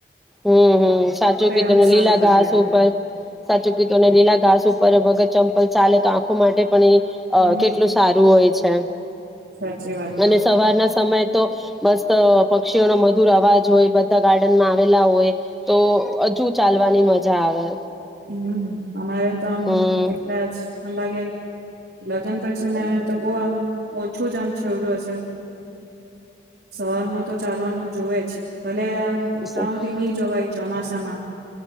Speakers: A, in the centre; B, on the right.
A: હમ હમ સાચું કીધુને
B: આમ સારું
A: લીલા
B: લાગે
A: ઘાસ ઉપર સાચું કીતો ને લીલા ઘાસ ઉપર વગર ચ પલ ચાલે તો આંખો માટે પણ
B: હમ
A: કેટલું સારું હોય છે
B: સાચી વાત તો
A: અને સવારના સમય તો બસ, પક્ષીઓ નો મધુર અવાજ હોય બધા ગાર્ડનમાં. આવેલા હોય તો, હજુ ચાલવાની મજા આવે.
B: હમ, અમારે તો આમ
A: હમ
B: તેટલા જ લાગે. લગ્ન પછી મે તો બહુ આમ. હું જામ છેવડું હશે. સવાર નુ તો ચાલવાનું જુવે જ ભલે.
A: હમ
B: ત્યાં સુધી ની જોવાય ચોમાસામાં. સલત